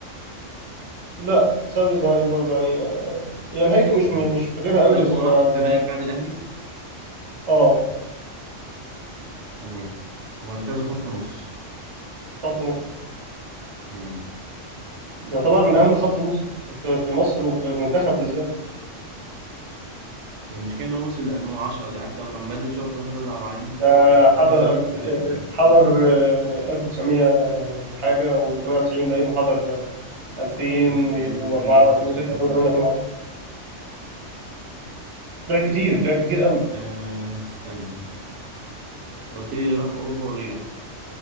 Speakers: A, on the right; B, on the right.
A: لا ساب الزمالك برضه يعني آه يعني نهايته مش
B: تمام
A: مش فاكرها قوي
B: هل
A: بس
B: هو
A: ما,
B: راح الزمالك
A: ما
B: بعد الاهلي
A: اه
B: تمام ومركزه خط نص
A: خط نص
B: تمام
A: يعتبر
B: آه،
A: من اهم خط النص في, في مصر وفي المنتخب بالذات
B: هي المشكله ان هو وصل ل 2010 دي عارف لو كان بدري شويه تقول لك رضا عبد العال
A: ده حضر
B: رضا عبد العال راح
A: الف
B: الاهلي
A: آه، آه، حضر آه، 1900 وحاجه و98 باين وحضر 2004
B: 2002
A: و2006
B: لا 2020
A: 2008 لعب كتير لعب كتير قوي
B: آه استنى تطير راح اوروبا ورجع